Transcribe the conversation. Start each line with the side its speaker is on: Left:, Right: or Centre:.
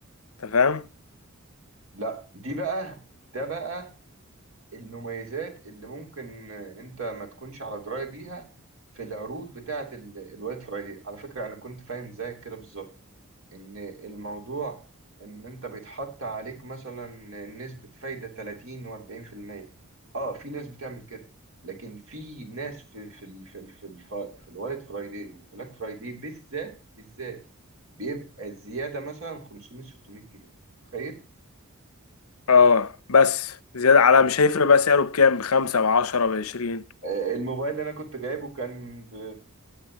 Left: انت فاهم
Right: لا دي بقى ده بقى المميزات اللي ممكن انت ما تكونش على درايه بيها في العروض بتاعه ال- الوايت فرايدي على فكره انا كنت فاهم زيك كده بالظبط ان الموضوع ان انت بيتحط عليك مثلا نسبه فايده 30 و40% اه في ناس بتعمل كده لكن في ناس في في ال في ال في, ال في الوايت فرايدي والبلاك فرايدي بالذات بالذات بيبقى الزياده مثلا 500 600 جنيه انت متخيل
Left: اه بس زياده على مش هيفرق بقى سعره بكام بخمسة بعشرة بعشرين
Right: آه، الموبايل اللي انا كنت جايبه كان ب